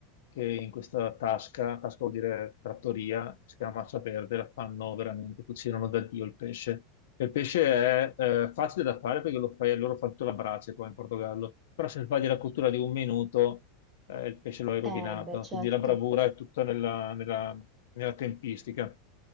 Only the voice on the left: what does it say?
che in questa tasca, tasca vuol dire trattoria, che si chiama Massa Verde, la fanno veramente, cucinano da Dio il pesce. E Il pesce è eh, facile da fare perché lo fai, loro fanno tutta la brace qua in Portogallo, però se sbagli la cottura di un minuto eh, il pesce lo hai rovinato.
Quindi la bravura è tutta nella, nella- nella tempistica.